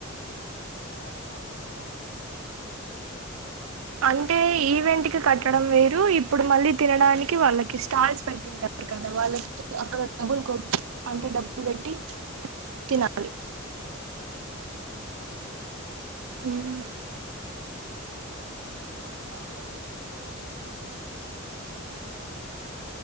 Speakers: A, on the right; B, on the right.
A: మీరు కూడా కడతారు కదా
B: అంటే ఈవెంట్ కి కట్టడం వేరు ఇప్పుడు మళ్ళీ తినడానికి వాళ్ళకి స్టాల్స్ పెట్టింటారు కదా వాళ్ళకి ఆక్ డబ్బులు కొట్ అంటే డబ్బులు పెట్టి
A: ఊహు,
B: తినాలి
A: ఆహ
B: ఉం
A: మక్దం తింటున్నారు